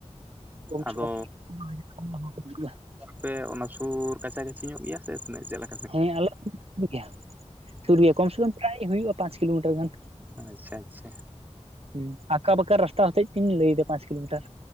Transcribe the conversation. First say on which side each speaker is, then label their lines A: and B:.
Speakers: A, on the right; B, on the right.
A: ᱠᱚᱢ
B: ᱟᱫᱚ
A: ᱥᱮ ᱠᱚᱢ <unintelligible>
B: ᱯᱮ ᱚᱱᱟ ᱥᱩᱨ ᱠᱟᱪᱷᱟ ᱠᱟᱪᱷᱤ ᱧᱚᱜ ᱜᱮᱭᱟ ᱥᱮ ᱛᱤᱱᱟᱹᱜ ᱪᱮᱜ ᱞᱮ
A: ᱦᱮᱸ ᱟᱞᱮ ᱫᱚ ᱥᱩᱨ ᱜᱮᱭᱟ ᱥᱩᱨ ᱜᱮᱭᱟ ᱠᱚᱢ ᱥᱮ ᱠᱚᱢ ᱯᱨᱟᱭ ᱦᱩᱭᱩᱜᱼᱟ ᱯᱟᱸᱪ ᱠᱤᱞᱳᱢᱤᱴᱟᱨ ᱜᱟᱱ᱾
B: ᱟᱪᱪᱷᱟ ᱟᱪᱪᱷᱟ
A: ᱦᱮᱸ ᱟᱠᱟ ᱵᱟᱠᱟ ᱨᱟᱥᱛᱟ ᱦᱚᱛᱮᱡ ᱛᱤᱧ ᱞᱟᱹᱭᱮᱫᱟ ᱯᱟᱸᱪ ᱠᱤᱞᱳᱢᱤᱴᱟᱨ᱾